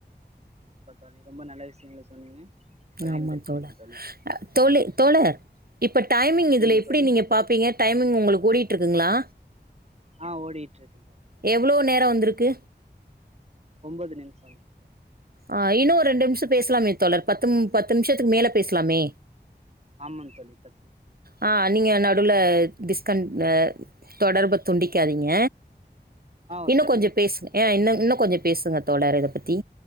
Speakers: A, on the right; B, on the right.
A: <unintelligible> தோழி ரொம்ப நல்ல விஷயங்கள சொன்னீங்க பகிர்ந்திருக்கீங்க
B: ஆமா தோழர்
A: தோழி
B: தோழி தோழர் இப்ப டைமிங்
A: சொல்லுங்க
B: இதுல எப்டி
A: தோழி
B: நீங்கப் பாப்பீங்க டைமிங் உங்களுக்கு ஓடிட்டுயிருக்குங்களா
A: அ ஓடிட்டுருக்கு தோழி
B: எவ்ளோ நேரோ வந்துருக்கு
A: ஒம்பது நிமிஷம் வந்திருக்கு தோழி
B: அ இன்னு ஒரு ரெண்டு நிமிஷம் பேசலாமே தோழர் பத்து பத்து நிமிஷத்துக்கு மேல பேசலாமே
A: ஆமாம் தோழி பத்து நிமிஷம்
B: ஆ நீங்க நடுவுல டிஸ்கண்ட் அ தொடர்ப துண்டிக்காதீங்க
A: ஆ
B: இன்னு
A: சரிங்க
B: கொஞ்சோ
A: தோழி
B: பேசுங்க
A: சரிங்க
B: ஆ இன்னு இன்னு கொஞ்சோ பேசுங்க தோழர் இத பத்தி